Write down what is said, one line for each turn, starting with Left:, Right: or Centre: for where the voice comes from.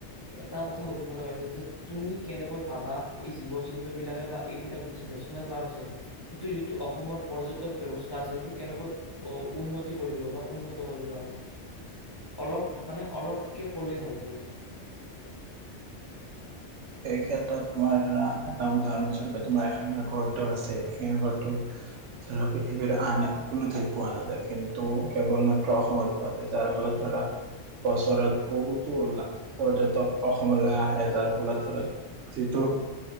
Left: এটা কথা সুধিব লগা হৈছিল যে তুমি কেনেকৈ ভাবা, এই জীৱ-জন্তুবিলাকে বা এইবিলাক যে নেচনেল পাৰ্ক আছে, সেইটো যিটো অসমৰ পৰ্যটক ব্যৱচ তা আছে, সেইটো কেনেকৈ অ উন্নতি কৰিব বা উন্ন <unintelligible> অলপ মানে, অলপকে কৰিলেই হ'ব দিয়া।
Right: এই ক্ষেত্ৰত তোমাৰ ধৰা, এটা উদাহৰণস্বৰূপ, তোমাৰ এশিঙীয়া গঁড়টো আছে। এশিঙীয়া গঁড়টো ধৰা পৃথিৱীৰ আন কোনো ঠাইত পোৱা নাযায়, কিন্তু কেৱল মাত্ৰ অসমত পোৱা যায়। যাৰ ফলত ধৰা বছৰত বহুতো পৰ্যটক অসমলৈ আহে, যাৰ ফলত যিটো